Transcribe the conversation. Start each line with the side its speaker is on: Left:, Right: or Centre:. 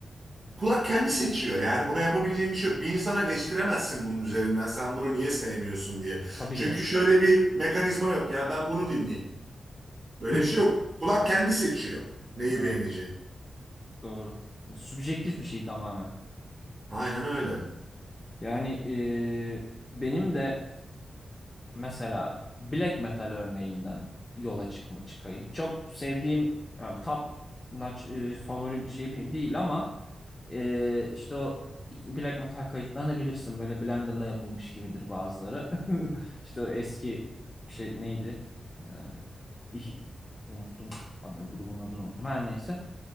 Right: kulak kendi seçiyor. Yani buna yapabileceğim bir şey yok. Bir insana eleştiremezsin bunun üzerinden. Sen bunu niye sevmiyorsun diye.
Left: Tabii
Right: Çünkü
Left: ki de.
Right: şöyle bir mekanizma yok. Ya ben bunu dinleyeyim. Böyle
Left: <laughs>
Right: bir şey yok. Kulak kendi seçiyor neyi
Left: Evet,
Right: beğeneceğini.
Left: doğru. Subjektif bir şey tamamen.
Right: Aynen öyle.
Left: Yani e, benim de mesela black metal örneğinden yola çıkma çıkayım. Çok sevdiğim yani top notch, e, favori şey bir- değil ama e, işte o black metal kayıtlarını bilirsin. Böyle Blender'la yapılmış gibidir bazıları. <laughs> İşte o eski şey neydi? Ee, ih- unuttum adı, grubun adını unuttum. Her neyse.